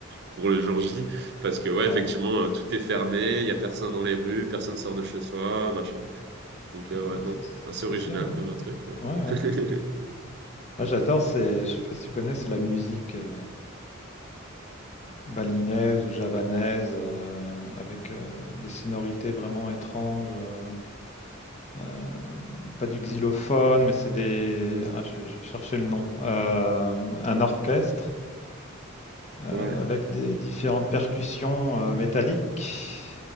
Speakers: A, on the right; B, on the left.
A: pour le jour J. Parce que, ouais,
B: Ouais.
A: effectivement, euh, tout est fermé. Il y a personne dans les rues, personne sort de chez soi, machin. Donc, euh,
B: Bon,
A: ouais, non,
B: c'est
A: assez
B: c'est spécial,
A: original
B: hein.
A: comme truc. mais-
B: Ouais,
A: <laughs>
B: ouais. Moi, j'adore, c'est je sais pas si tu connais, c'est la musique, heu, balinaise ou javanaise, heu, avec, heu, des sonorités vraiment étranges, heu, hem, pas du xylophone, mais c'est des
A: Mm.
B: ah, je je vais le nom. Hem, un orchestre, heu,
A: Ouais,
B: avec des différentes percussions, heu, métalliques.